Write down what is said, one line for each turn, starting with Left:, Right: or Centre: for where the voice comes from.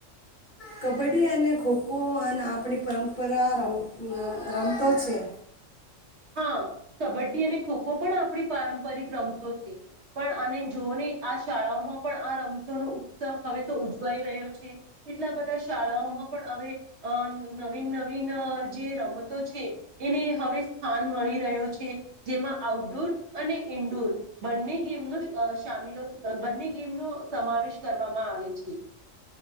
Left: કબડ્ડી અને ખોખો આપણી પરંપરા રમ રમતો છે.
Right: હા, કબડ્ડી અને ખોખો પણ આપણી પારંપરિક રમતો છે પણ આને જોઓને આ શાળાઓમાં પણ આ રમતોનો ઉત્સવ હવે તો ઉજવાઈ રહ્યો છે કેટલા બધા શાળાઓમાં પણ હવે અ નવીન નવીન જે રમતો છે એને હવે સ્થાન મળી રહ્યો છે જેમાં આઉટડોર અને ઈન્ડોર બંને ગેમનો અ સામીલો બંને ગેમનો સમાવેશ કરવામાં આવે છે.